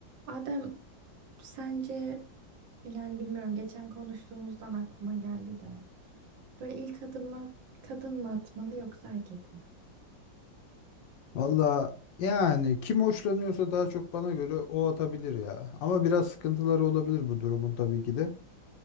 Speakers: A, on the right; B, on the left.
A: Adem sence yani bilmiyorum geçen konuştuğumuzdan aklıma geldi de böyle ilk adımı kadın mı atmalı yoksa erkek mi?
B: Valla yani kim hoşlanıyorsa daha çok bana göre o atabilir ya. Ama biraz sıkıntıları olabilir bu durumun tabii ki de.